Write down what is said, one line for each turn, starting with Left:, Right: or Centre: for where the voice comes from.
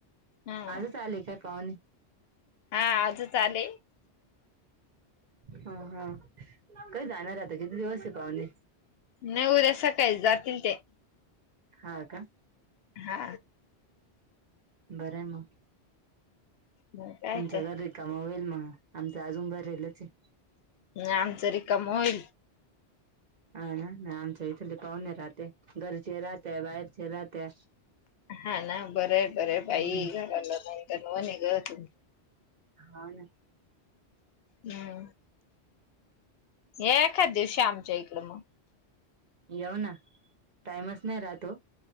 Left: हम्म
Right: आजच आले काय पाहुणे
Left: हा आज चाले
Right: हा हा कधी जाणार आता किती दिवस आहे पाहुणे
Left: न उद्या सकाळी जातील ते
Right: हा का
Left: हा
Right: बर म
Left: मग काय
Right: तुमचं
Left: तर
Right: घर रिकाम होईल आमचं अजून भरलेलं आहे
Left: आमचं रिकाम होईल
Right: आमच्या घरी लय पाहुणे राहते राहत्या बाहेरचे राहत्या
Left: हा ना बर आहे बरे बाई
Right: हम्म
Left: घरातलं नाही तरुण आहे ग तू
Right: हा ना
Left: हम्म एखाच दिवशी आमच्या इकडे मग
Right: येऊ ना टाईमच नाही राहतो